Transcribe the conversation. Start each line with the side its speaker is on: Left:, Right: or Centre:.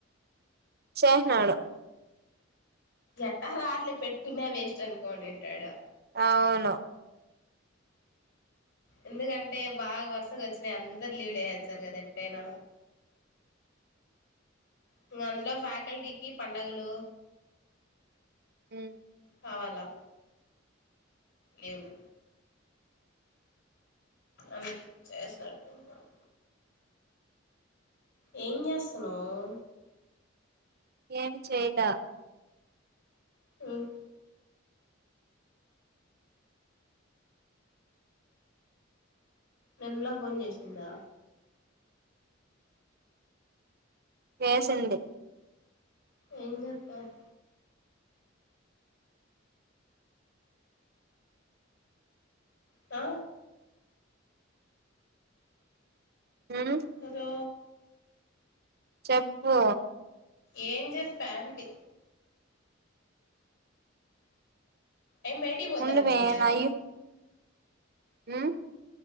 Right: ఇచ్చెసినాడు
Left: ఎట్టారార్లే పెట్టుకునే వేస్ట్ అనుకోనింటాడు
Right: అవును
Left: ఎందుకంటే బాగా వరుసకు ఒచ్చినయి అందరు లీవలు వొచ్చారు గదా ఎట్టైనా
Right: <inaudible>
Left: ఇంగ అందులో ఫ్యాకల్టీకి పండగలు
Right: ఉమ్
Left: కావాలా లీవులు ఆమెకిచ్చేసినట్టున్నాడు ఎంజేస్తున్నావ్
Right: ఏమి చేయాలా
Left: ఉమ్ నిన్ లా ఫోన్ జేసిందా
Right: కేసింది
Left: ఎంజెప్పావ్ ఆ
Right: ఉమ్
Left: అదో
Right: చెప్పు
Left: ఏం జెప్పా ఆంటీ ఏం బయటికివోతననిందా
Right: ఉండు మే నాయు ఉమ్